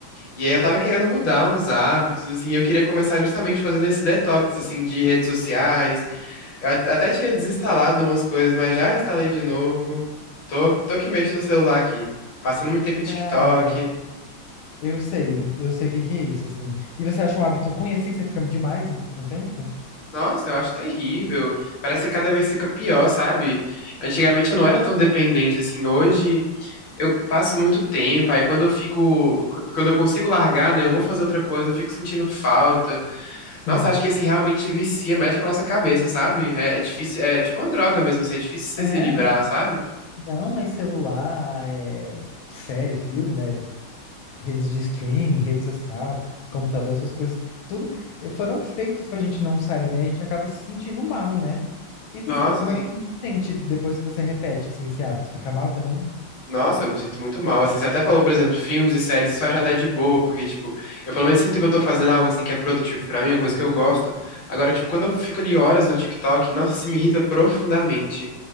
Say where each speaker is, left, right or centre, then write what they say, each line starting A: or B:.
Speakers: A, on the left; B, on the left.
A: E aí eu tava querendo mudar uns hábitos, assim, e eu queria começar justamente fazendo esse detox, assim, de redes sociais Eu at- até tinha desinstalado umas coisas, mas já instalei de novo. Tô, tô que mexo no celular aqui. Passando muito tempo em TikTok.
B: Cara, eu sei, eu sei o que que é isso, assim. E você acha um hábito ruim assim? Você fica demais com o tempo?
A: Nossa, eu acho terrível. Parece que cada vez fica pior, sabe? Antigamente eu não era tão dependente assim. Hoje eu passo muito tempo. Aí quando eu fico. qu- Quando eu consigo largar, né? Eu vou fazer outra coisa, eu fico sentindo falta.
B: Sim.
A: Nossa, acho que assim realmente vicia, mexe com a nossa cabeça, sabe? É, é difícil. É tipo uma droga mesmo, assim. É difícil você
B: É,
A: se livrar, sabe?
B: não, mas celular, é, série, filme, né? Redes de streaming, rede social, computador, essas coisas, tudo eh, foram feitos pra gente não sair, né? A gente acaba se sentindo mal, né? E assim,
A: Nossa,
B: como
A: assim.
B: é que você se sente depois que você repete, assim, esse hábito? Fica mal também?
A: Nossa, eu me sinto muito mal. Assim, você até falou, por exemplo, filmes e séries, isso eu acho até de boa, porque, tipo, eu pelo menos sinto que eu tô fazendo algo, assim, que é produtivo pra mim, uma coisa que eu gosto. Agora, tipo, quando eu fico ali horas no TikTok, nossa, isso me irrita profundamente.